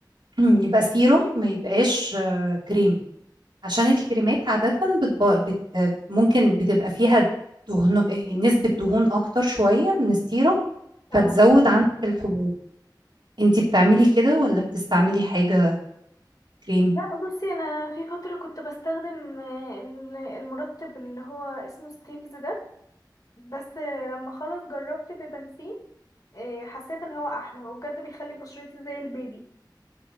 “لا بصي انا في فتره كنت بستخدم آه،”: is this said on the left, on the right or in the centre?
Left